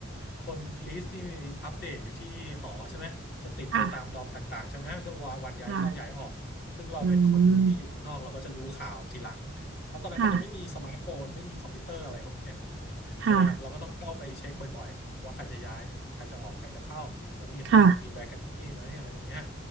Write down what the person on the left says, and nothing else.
คนลิสต์ที่มีอัปเดตอยู่ที่หอใช่ไหมจะติดไปตามดอมต่างๆใช่ไหมก็วันย้ายเข้าย้ายออก
ซึ่งเราเป็นคนที่อยู่ข้างนอกเราก็จะรู้ข่าวทีหลังเพราะตอนนั้นมันยังไม่มีสมาร์ทโฟนไม่มีคอมพิวเตอร์อะไรพวกเนี้ย
<laughs>
ใช่ไหมฮะเราก็ต้องเข้าไปเช็คบ่อยๆว่าใครจะย้ายใครจะออกใครจะเข้าแล้วมีห้องมี
vacancy ไหมอะไรพวกเนี้ย